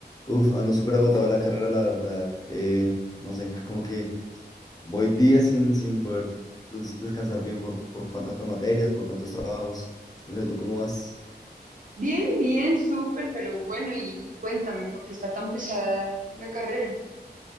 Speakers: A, on the left (about 20°); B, on the right (about 50°).
A: Uf, ando súper agotado de la carrera, la verdad. Eh, no sé, como que voy días sin, sin poder des- descansar bien por, por pa- tantas materias, por tantos trabajos. No sé, ¿tú cómo vas?
B: Bien, bien, súper, pero bueno, y, y cuéntame, ¿por qué está tan pesada la carrera?